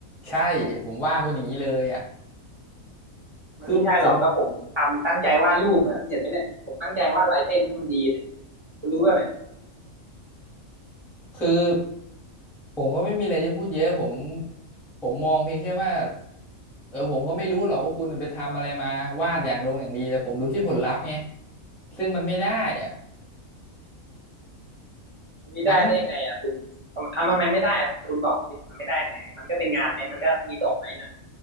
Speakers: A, in the centre; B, on the right.
A: ใช่ผมว่าคุณอย่างนี้เลยอ่ะ
B: มันไม่ใช่หรอกก็ผมทำตั้งใจวาดรูปแบบเห็นไหมเนี่ยผมตั้งใจวาดลายเส้นให้มันดีเนี่ย
A: คือผม
B: คุณรู้ป่ะเนี่ย
A: คือผมก็ไม่มีอะไรจะพูดเยอะผมผมมองเพียงแค่ว่าเออผมก็ไม่รู้หรอกว่าคุณไปทำอะไรมาวาดอย่างดงอย่างดีแต่ผมดูที่ผลลัพธ์ไงซึ่งมันไม่ได้อ่ะ
B: มันไม่ได้ได้ยังไงอ่ะคุณทำทำไมไม่ได้อะคุณบอกผมดิมันไม่ได้ยังไงมันก็เป็นงานไหมมันก็มีส่งไหมนะ
A: งั้น